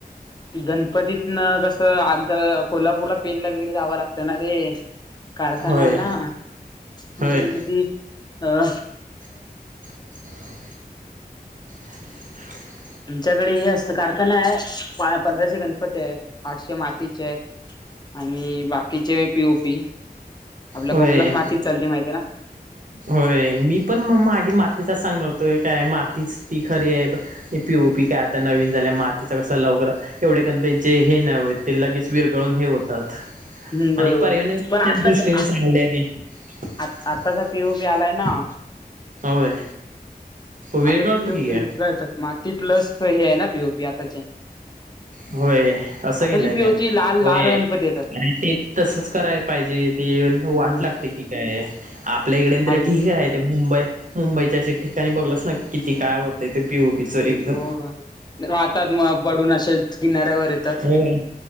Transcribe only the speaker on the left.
गणपतीतन कसं आंतर कोल्हापूरला पेणला वगैरे जावं लागतं ना रे कारखाना
आहे ना, आमच्याकडे
किती अ
आमच्याकडे हे असतं, कारखाना आहे, पंधराशे गणपती आहेत, आठशे मातीचे आहेत आणि बाकीचे पीओपी आपल्या
कोकणात मातीच चालते माहिती आहे
ना हम् बरोबर
पण आताच
आ आताचा पीओपी आलाय ना
आताचे पीओपीतात
विरघळतात माती प्लस हे आहे ना पीओपी आताचे
आताची
पीओपी
लाल
लाल गणपती येतात
हम्म
आल
हो हो राहतात मग पडून असे किनाऱ्यावर येतात